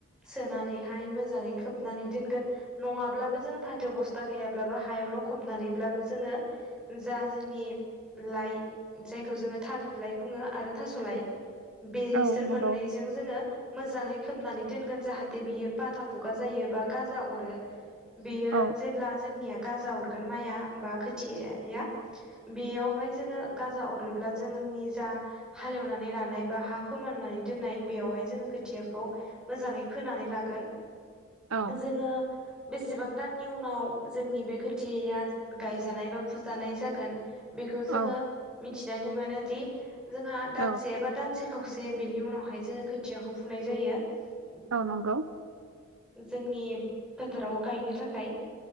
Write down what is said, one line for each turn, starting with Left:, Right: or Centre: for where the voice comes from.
Centre: सोनानैहाय मोजाङै खोबनानै दोनगोन नङाब्लाबो जोङो फाथो बस्था गैयाब्लाबो हायावल' खबनानैब्लाबो जोङो जा जोंनि लाइ जायखौ जोङो थालिर लाइ बुङो आरो थासलाय बेसोर
Right: औ नंगौ
Centre: मोननैजों जोङो मोजाङै खोबनानै दोनगोन जाहाथे बियो बाथा खुगा जायो बा गाजा अरो बेयो
Right: औ
Centre: जेब्ला जोंनिया गाजा हरगोन माइआ बा खोथिया बेयावहाय जोङो गाजा अरोब्ला जों जा हालेवनानै लानाय बा हा फोमाननानै दोननाय बेयावहाय जोङो खोथियाखौ मोजाङै होनानै लागोन
Right: औ
Centre: जोङो बेसेबां दाननि उनाव जोंनि बे खोथियाया गायजानाय बा फुजानाय जागोन बेखौ जोङो
Right: औ
Centre: मिथिनानै मोनोदि जोंहा
Right: औ
Centre: दानसे एबा दानसे खावसे बेनि उनावहाय जोङो खोथियाखौ फुनाय जायो ।
Right: औ नंगौ
Centre: जोंनि फोथाराव गायनो थाखाय